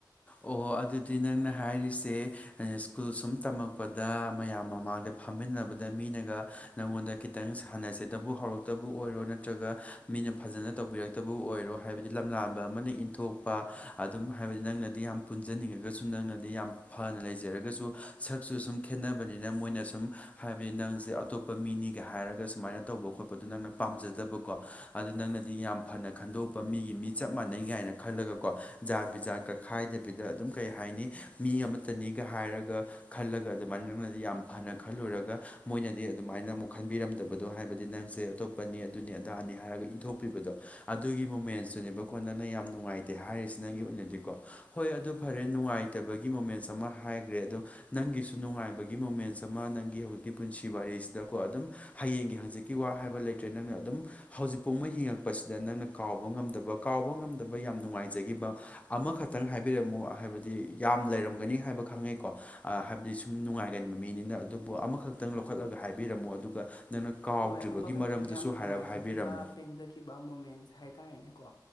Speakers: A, on the left (about 20°); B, on the left (about 70°).
A: ꯑꯣ ꯑꯗꯨꯗꯤ ꯅꯪꯅ ꯍꯥꯏꯔꯤꯁꯦ ꯁ꯭ꯀꯨꯜ ꯁꯨꯝ ꯇꯝꯃꯛꯄꯗ ꯃꯌꯥꯝ ꯃꯃꯥꯡꯗ ꯐꯝꯃꯤꯟꯅꯕꯗ ꯃꯤꯅꯒ ꯅꯪꯉꯣꯟꯗ ꯈꯤꯇꯪ ꯁꯥꯟꯅꯁꯦꯇꯕꯨ ꯍꯧꯔꯛꯇꯕꯨ ꯑꯣꯏꯔꯣ ꯅꯠꯇ꯭ꯔꯒ ꯃꯤꯅ ꯐꯖꯅ ꯇꯧꯕꯤꯔꯛꯇꯕꯕꯨ ꯑꯣꯏꯔꯣ ꯍꯥꯏꯕꯗꯤ ꯂꯝꯂꯥꯟꯕ ꯑꯃꯅ ꯏꯟꯊꯣꯛꯄ ꯑꯗꯨꯝ ꯍꯥꯏꯕꯗꯤ ꯅꯪꯅ ꯗꯤ ꯌꯥꯝ ꯄꯨꯟꯖꯅꯤꯡꯉꯒꯁꯨ ꯅꯪꯅꯗꯤ ꯌꯥꯝ ꯐꯅ ꯂꯩꯖꯔꯒꯁꯨ ꯁꯛꯁꯨ ꯁꯨꯝ ꯈꯦꯠꯅꯕꯅꯤꯅ ꯃꯣꯏꯅ ꯁꯨꯝ ꯍꯥꯏꯕꯗꯤ ꯅꯪꯁꯦ ꯑꯇꯣꯞꯄ ꯃꯤꯅꯤꯒ ꯍꯥꯏꯔꯒ ꯁꯨꯃꯥꯏꯅ ꯇꯧꯕ ꯈꯣꯠꯄꯗꯣ ꯅꯪꯅ ꯄꯥꯝꯖꯗꯕꯀꯣ ꯑꯗꯨ ꯅꯪꯅꯗꯤ ꯌꯥꯝ ꯐꯅ ꯈꯟꯗꯣꯛꯄ ꯃꯤꯒꯤ ꯃꯤ ꯆꯞ ꯃꯥꯟꯅꯩ ꯀꯥꯏꯅ ꯈꯜꯂꯒꯀꯣ ꯖꯥꯠ ꯕꯤꯖꯥꯠꯀ ꯈꯥꯏꯗꯕꯤꯗ ꯑꯗꯨꯝ ꯀꯩ ꯍꯥꯏꯅꯤ ꯃꯤ ꯑꯃꯠꯇꯅꯤꯒ ꯍꯥꯏꯔꯒ ꯈꯜꯂꯒ ꯑꯗꯨꯃꯥꯏꯅ ꯅꯪꯅꯗꯤ ꯌꯥꯝ ꯐꯅ ꯈꯜꯂꯨꯔꯒ ꯃꯣꯏꯅꯗꯤ ꯑꯗꯨꯃꯥꯏꯅ ꯑꯃꯨꯛ ꯈꯟꯕꯤꯔꯝꯗꯕꯗꯣ ꯍꯥꯏꯕꯗꯤ ꯅꯪꯁꯦ ꯑꯇꯣꯞꯄꯅꯤ ꯑꯗꯨꯅꯤ ꯑꯗꯥꯅꯤ ꯍꯥꯏꯔꯒ ꯏꯟꯊꯣꯛꯄꯤꯕꯗꯣ ꯑꯗꯨꯒꯤ ꯃꯣꯃꯦꯟꯁꯇꯨꯅꯦꯕꯀꯣ ꯅꯪꯅ ꯌꯥꯝ ꯅꯨꯡꯉꯥꯏ ꯇꯦ ꯍꯥꯏꯔꯤꯁꯤ ꯅꯪꯒꯤ ꯑꯣꯏꯅꯗꯤꯀꯣ ꯍꯣꯏ ꯑꯗꯨ ꯐꯔꯦ ꯅꯨꯡꯉꯥꯏꯇꯕꯒꯤ ꯃꯣꯃꯦꯟꯁ ꯑꯃ ꯍꯥꯏꯈ꯭ꯔꯦ ꯑꯗꯣ ꯅꯪꯒꯤꯁꯨ ꯅꯨꯡꯉꯥꯏꯕꯒꯤ ꯃꯣꯃꯦꯟꯁ ꯑꯃ ꯅꯪꯒꯤ ꯍꯧꯖꯤꯛꯇꯤ ꯄꯨꯟꯁꯤ ꯋꯥꯔꯤꯁꯤꯗꯀꯣ ꯑꯗꯨꯝ ꯍꯌꯦꯡꯒꯤ ꯍꯥꯡꯆꯤꯠꯀꯤ ꯋꯥ ꯍꯥꯏꯕ ꯂꯩꯇ꯭ꯔꯦ ꯅꯪꯅ ꯑꯗꯨꯝ ꯍꯧꯖꯤꯛꯐꯥꯎꯃꯛ ꯍꯤꯡꯉꯛꯄꯁꯤꯗ ꯅꯪꯅ ꯀꯥꯎꯕ ꯉꯝꯗꯕ ꯀꯥꯎꯕ ꯉꯝꯗꯕ ꯌꯥꯝ ꯅꯨꯡꯉꯥꯏꯖꯈꯤꯕ ꯑꯃꯈꯛ ꯇꯪ ꯍꯥꯏꯕꯤꯔꯝꯃꯨ ꯍꯥꯏꯕꯗꯤ ꯌꯥꯝ ꯂꯩꯔꯝꯒꯅꯤ ꯍꯥꯏꯕ ꯈꯪꯉꯩꯀꯣ ꯑ ꯍꯥꯏꯕꯗꯤ ꯁꯨꯝ ꯅꯨꯡꯉꯥꯏꯒꯟꯕ ꯃꯤꯅꯤꯅ ꯑꯗꯨꯕꯨ ꯑꯃꯈꯛꯇꯪ ꯂꯧꯈꯠꯂꯒ ꯍꯥꯏꯕꯤꯔꯝꯃꯣ ꯑꯗꯨꯒ ꯅꯪꯅ ꯀꯥꯎꯗ꯭ꯔꯤꯕꯒꯤ
B: ꯍꯣꯏ ꯑꯃꯈꯛꯇꯪ
A: ꯃꯔꯝꯗꯨꯁꯨ
B: ꯌꯥꯝꯅ ꯅꯨꯡꯉꯥꯏꯖꯈꯤꯕ
A: ꯍꯥꯏꯔꯞ ꯍꯥꯏꯕꯤꯔꯝꯃꯨ
B: ꯄꯦꯟꯖꯈꯤꯕ ꯃꯣꯃꯦꯟꯁ ꯍꯥꯏ ꯇꯥꯔꯦꯅꯦꯀꯣ